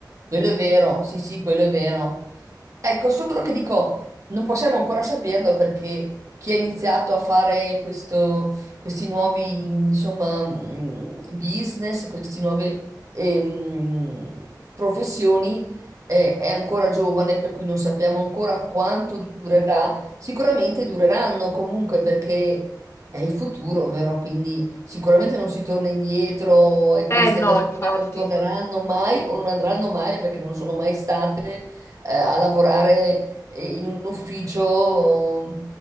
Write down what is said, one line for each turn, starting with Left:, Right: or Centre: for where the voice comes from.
Right: quello è vero, sì, sì, quello è vero. Ecco, solo che dico, non possiamo ancora saperlo perché chi ha iniziato a fare questo- questi nuovi, insomma, mh, business, queste nuove ehm, professioni, eh, è ancora giovane, per cui non sappiamo ancora quanto durerà. Sicuramente dureranno comunque perché è il futuro, vero? Quindi sicuramente non si torna indietro e queste
Left: Eh no,
Right: persone
Left: infatti,
Right: non torneranno mai o non andranno mai perché non sono mai state eh, a lavorare eh, in un ufficio